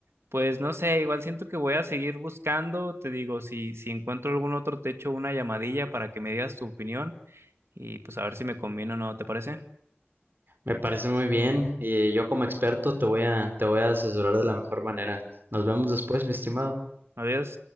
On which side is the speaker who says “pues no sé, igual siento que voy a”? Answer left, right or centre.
Right